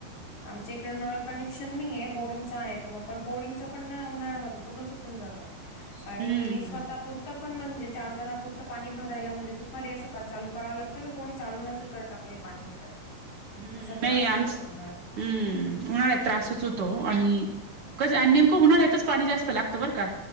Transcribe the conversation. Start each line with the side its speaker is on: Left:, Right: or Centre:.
Left: आमच्या इकडं नळ कनेक्शन नाहीये, बोरिंगच आहे मग पण बोरिंगच पण ना उन्हाळ्यामध्ये पूर्ण सुकून जातं.
Right: हम्म
Left: आणि स्वतापूर
Right: हम्म
Left: त पण म्हणजे चार जणापुरतं पाणी भरायला म्हणजे तू फारी असं चालू कराव लागतं, का कोणी चालू नसेल करत आप नाही पाणी भेटत.
Right: <inaudible>
Left: असा
Right: नाही
Left: त्रास होतो
Right: आमच
Left: उन्हाळ्यात.
Right: हम्म. उन्हाळ्यात त्रासच होतो आणि, कसं आणि नेमकं उन्हाळ्यातच पाणी जास्त लागत बरं का.